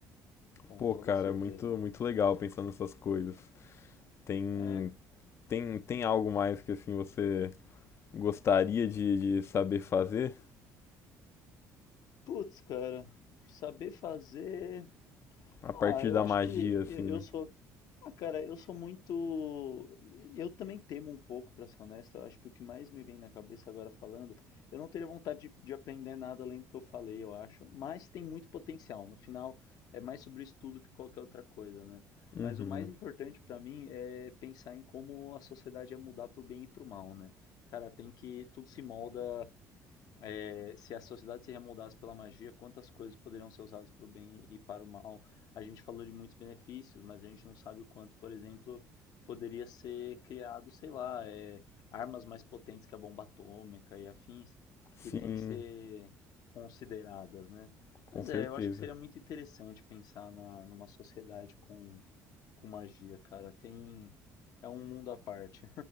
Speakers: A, on the left; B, on the left.
A: Com
B: Pô,
A: toda
B: cara,
A: certeza.
B: muito, muito legal pensar nessas coisas. Tem,
A: É.
B: tem, tem algo mais que assim você gostaria de, de saber fazer
A: Putz, cara, saber fazer.
B: a partir
A: Ah, eu
B: da
A: acho
B: magia,
A: que
B: assim?
A: eu eu sou. Ah, cara, eu sou muito. Eu também temo um pouco, pra ser honesto. Eu acho que o que mais me vem na cabeça agora falando, eu não teria vontade de, de aprender nada além do que eu falei, eu acho. Mas tem muito potencial. No final, é mais sobre isso tudo que qualquer outra coisa, né?
B: Uhum.
A: Mas o mais importante pra mim é pensar em como a sociedade ia mudar pro bem e pro mal, né? Cara, tem que tudo se molda é, se a sociedade se remoldasse pela magia, quantas coisas poderiam ser usadas para o bem e para o mal? A gente falou de muitos benefícios, mas a gente não sabe o quanto, por exemplo, poderia ser criado, sei lá, é, armas mais potentes que a bomba atômica e afins,
B: Sim,
A: que tem que ser consideradas, né?
B: com
A: Mas
B: certeza.
A: é, eu acho que seria muito interessante pensar na, numa sociedade com, com magia, cara. Tem, é um mundo à parte.